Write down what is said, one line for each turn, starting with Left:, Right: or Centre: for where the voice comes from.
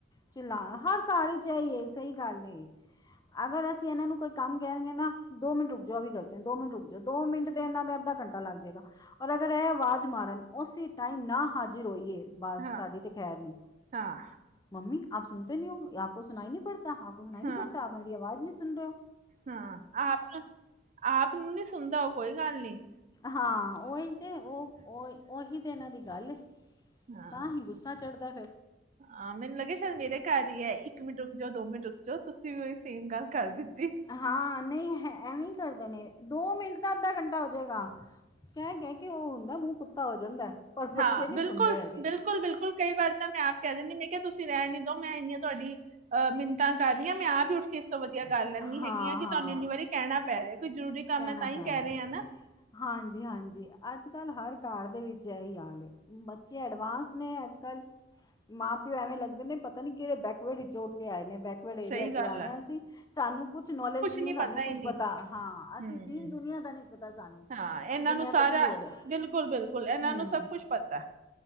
Left: ਚਲਾਾਹ ਹਰ ਅਰ ਚ ਇਹੀ ਐ, ਸਹੀ ਗੱਲ ਅਗਰ ਅਸੀਂ ਇਹਨਾਂ ਨੂੰ ਕੋਈ ਕਮ ਕੈਨਗੇ ਨਾ, ਦੋ ਮਿੰਟੁ ਰੁਕ ਜੋ ਵੀ ਕਰਦੇ ਦੋ ਮਿੰਟ ਰੁਕੋ, ਦੋ ਮਿੰਟ ਤੇ ਇਹਨਾ ਦਾ ਅੱਧਾ ਘੰਟਾ ਲੱਗ ਜਾਏਗਾ, ਔਰ ਅਗਰ ਇਹ ਆਵਾਜ਼ ਮਾਰਨ ਉਸੀ ਉਸੀ ਟਾਈਮ ਨਾ ਹਾਜ਼ਰ ਹੋਈਏ ਬਸ
Right: ਹਾਂ
Left: ਸਾਡੀ ਤੇ ਖੈਰ ਨੀ,
Right: ਹਾਂ
Left: ਮੰਮੀ ਆਪ ਸੁਣਤੇ ਨੀ ਹੋ ਆਪਕੋ ਸੁਨਾਈ ਨੀ ਪੜਤੀ। ਕਿਆ ਆਪਕੋ ਸੁਣਾਈ ਨੀ
Right: ਹਾਂ
Left: ਪੜਤਾ, ਮੇਰੀ ਆਵਾਜ਼ ਨਹੀਂ ਸੁਣ ਰਹੇ ਹੋ।
Right: ਹਾਂ ਆਪ ਨੂੰ ਆਪ ਨੂੰ ਨੀ ਸੁਣਦਾ, ਔ ਕੋਈ ਗੱਲ ਨਹੀ।
Left: ਹਾਂ ਓਹੀ ਤੇ ਉਹ ਹੀ ਓਹੀ ਤੇ, ਇਹਨਾਂ ਦੀ ਗੱਲ ਏ।
Right: ਹਾਂ
Left: ਤਾਂ ਹੀ ਗੁੱਸਾ ਚੜ੍ਹਦਾ।
Right: ਹਾਂ ਮੈਨੂੰ ਲੱਗਿਆ ਸ਼ਾਇਦ ਮੇਰੇ ਘਰ ਹੀ ਹੈ, ਇੱਕ ਮਿੰਟ ਰੁਕ ਜਾਓ, ਦੋ ਮਿੰਟ ਰੁਕ ਜਾਓ ਤੁਸੀਂ ਤੁਸੀ ਵੀ ਉਹੀ ਸੇਮ ਗੱਲ ਕਰ ਦਿੱਤੀ।
Left: ਹਾਂ ਨਹੀਂ ਹੈ, ਐਵੇਂ ਕਰਦੇ ਨੇ। ਦੋ ਮਿੰਟ ਤਾਂ ਅੱਧਾ ਘੰਟਾ ਹੋ ਜਾਵੇਗਾ, ਕਹਿ ਕਹਿ ਕੇ ਉਹ ਹੁੰਦਾ, ਮੂੰਹ ਕੁੱਤਾ ਹੋ ਜਾਂਦਾ। ਪਰ ਬੱਚੇ
Right: ਹਾਂ
Left: ਨਹੀਂ
Right: ਬਿਲਕੁਲ
Left: ਸੁਣਦੇ ਹੈਗੇ
Right: ਬਿਲਕੁਲ ਬਿਲਕੁਲ ਕਈ ਵਾਰ ਤਾਂ ਮੈਂ ਆਪ ਕਹਿ ਦਿੰਦੀ, ਮੈਂ ਕਿਹਾ ਤੁਸੀਂ ਰਹਿਣ ਨੀ ਦੋ ਮੈਂ ਇੰਨੀਆਂ ਤੁਹਾਡੀ ਅਹ ਮਿੰਨਤਾਂ ਕਰ ਰਹੀ ਹ ਮੈਂ ਆਪ ਉੱਠ ਕੇ ਇਸ ਤੋਂ ਵਧੀਆ ਗੱਲਿੰਨੀ
Left: ਹਾਂ ਹਾਂ
Right: ਹੈਗੀ ਆ ਕਿ ਤੁਹਾਨੂੰ ਇੰਨੀ ਵਾਰੀ ਕਹਿਣਾ ਪੈ ਰਿਹਾ ਕੋਈ ਜ਼ਰੂਰੀ ਕੰਮ
Left: ਕਹਿਣਾ
Right: ਹੈ ਤਾਂ ਹੀ
Left: ਪੈ
Right: ਕਹਿ
Left: ਰਿਹਾ
Right: ਰਹੇ ਆ ਨਾ
Left: ਹਾਂਜੀ ਹਾਂਜੀ ਅੱਜ ਅੱਜ ਕੱਲ੍ਹ ਹਰ ਘਰ ਦੇ ਵਿੱਚ ਇਹ ਹੀ ਆਾਲਏ ਬੱਚੇ ਐਡਵਾਂਸ ਨੇ ਅੱਜ ਕੱਲ੍ਹ ਮਾਂ ਪਿਓ ਐਵੇਂ ਲੱਗਦੇ ਨੇ ਪਤਾ ਨੀ ਕਿਹੜੇ ਬੈਕਵਰਡ ਵਿੱਚ ਉੱਠ ਕੇ ਆਏ ਨੇ ਬੈਕਰਡ
Right: ਸਹੀ
Left: ਏਰੀਆ
Right: ਗੱਲ
Left: ਚੋਂ ਆਏ
Right: ਹੈ
Left: ਹ ਅਸੀਂ ਸਾਨੂੰ ਕੁਛ ਨੌਲੇਜ ਨਹੀਂ
Right: ਨੀ
Left: ਸਾਨੂੰ ਕੁਛ
Right: ਹੀ ਨਹੀਂ
Left: ਪਤਾ ਹਾਂ ਅਸੀਂ
Right: ਹਮ
Left: ਦੀਨ ਦੁਨੀਆਂ ਦਾ ਨਹੀਂ ਪਤਾ ਸਾਨੂੰ
Right: ਹਾਂ ਇਹਨਾਂ
Left: ਕਿ ਦੁਨੀਆ
Right: ਨੂੰ ਸਾਰਾ
Left: 'ਤੇ ਕੀ ਹੋ ਰਿਹਾ
Right: ਬਿਲਕੁਲ ਬਿਲਕੁਲ ਇਹਨਾਂ
Left: ਹੂੰ
Right: ਨੂੰ ਸਭ ਕੁਛ ਪਤਾ